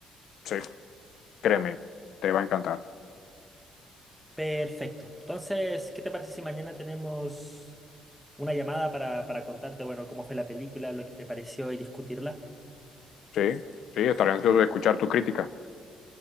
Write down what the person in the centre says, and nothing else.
Perfecto. Entonces, ¿qué te parece si mañana tenemos una llamada para, para contarte, bueno, cómo fue la película, lo que me pareció y discutirla?